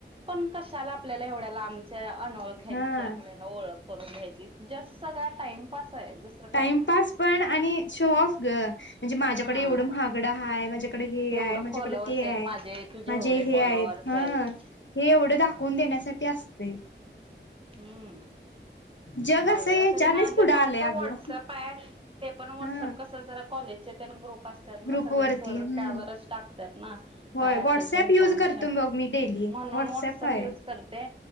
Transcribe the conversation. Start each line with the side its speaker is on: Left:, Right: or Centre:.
Right: पण कशाला आपल्याला एवढ्या लांबच्या अनोळख्यांच्या
Left: हा
Right: आपल्याला ओळख करून घ्यायची, जस्ट सगळा टाइमपास आहे.
Left: टाइमपास
Right: काय नाही
Left: पण आणि शोऑफ गं. म्हणजे माझ्याकडे
Right: हा
Left: एवढं महागडं आहे, माझ्याकडे हे
Right: एवढं
Left: आहे माझ्याकडे
Right: फॉलोवर्स
Left: ते
Right: आहेत
Left: आहे.
Right: माझे तुझे
Left: माझे
Right: एवढे
Left: हे
Right: फॉलोवर्स
Left: आहेत हं,
Right: आहेत
Left: हे एवढं दाखवून देण्यासाठी असतय.
Right: हम्म,
Left: जग
Right: मला
Left: असं याच्यानेच
Right: तरी माझा
Left: पुढं
Right: फक्त
Left: आलंय
Right: व्हॉट्सअप
Left: अगं
Right: हाय ते पण व्हट्सअप
Left: हा
Right: कस जरा, कॉलेजचे तेन ग्रुप असत्यात. तर मग
Left: ग्रुप
Right: सगळे
Left: वरती
Right: सर
Left: हम्म
Right: त्यावरचं टाकत्यात ना,
Left: होय
Right: काय असेल
Left: व्हॉट्सअप
Right: ते इन्फोर्मेशन
Left: युज करतो बघ मी डेली
Right: म्हणून
Left: व्हॉट्सअप
Right: व्हाट्सअप
Left: आहे
Right: यूज करते